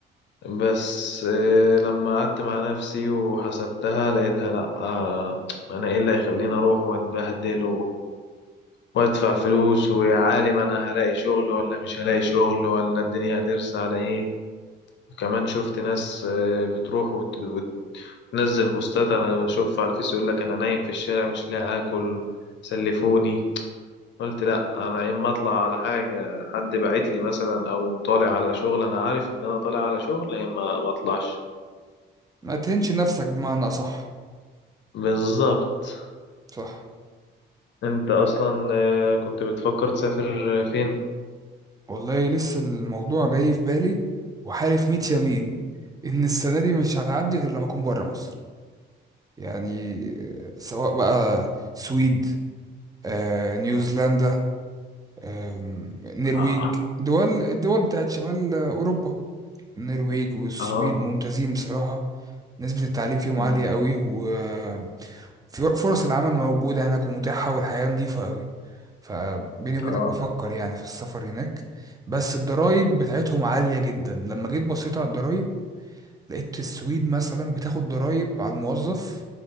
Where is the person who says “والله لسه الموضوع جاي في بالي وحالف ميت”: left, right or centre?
Right